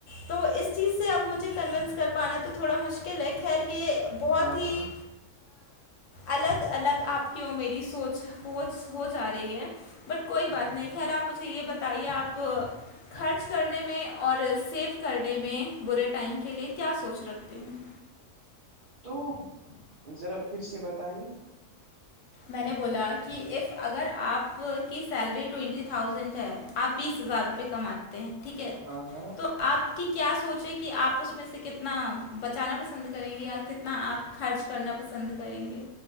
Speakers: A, on the left (about 65°); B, on the right (about 85°).
A: تو اس چیز سے اب مجھے کنوونس کر پانا تو تھوڑا مشکل ہے خیر یہ بہت
B: ہاں
A: ہی
B: ہاں
A: الگ الگ آپ کی اور میری سوچ پوچ ہو جا رہی ہے بٹ کوئی بات
B: ہاں
A: نہیں
B: ہاں
A: خیر آپ مجھے یہ بتائیے آپ خرچ کرنے میں اور سیو کرنے میں برے ٹائم کے لیے کیا سوچ رکھتے ہیں
B: تو ذرا پھر سے بتائیے
A: میں نے بولا کہ اف اگر آپ کی سیلری ٹینٹی تھاؤزینٹ ہے آپ بیس ہزار روپئے کماتے ہیں ٹھیک ہے
B: ہاں ہاں
A: تو آپ کی کیا سوچ ہے کہ آپ اس میں سے کتنا بچانا پسند کریں گے یا کتنا آپ خرچ کرنا پسند کریں گے